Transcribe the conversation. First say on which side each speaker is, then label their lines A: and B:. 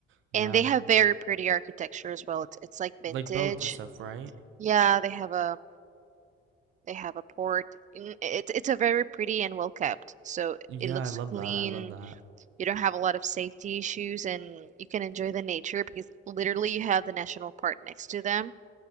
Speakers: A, on the right; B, on the right.
A: Yeah.
B: And they have very pretty architecture as well. It's it's like vintage.
A: Like boats and stuff, right?
B: Yeah, they have a They have a port. N- It, it's a very pretty and well kept. So
A: Yeah,
B: it looks
A: I love
B: clean.
A: that. I love that.
B: You don't have a lot of safety issues and you can enjoy the nature because literally you have the national park next to them.